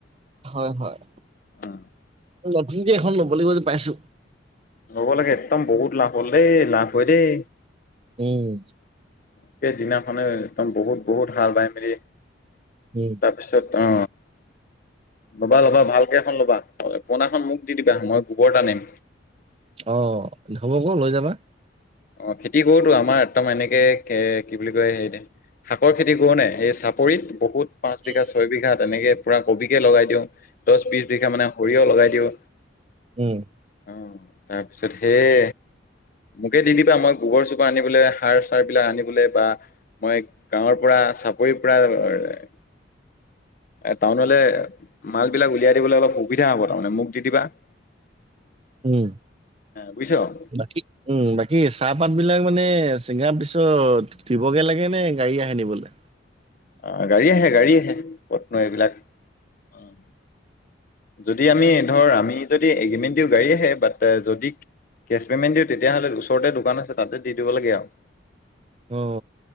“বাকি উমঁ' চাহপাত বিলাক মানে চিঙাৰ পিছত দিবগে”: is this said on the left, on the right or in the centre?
Right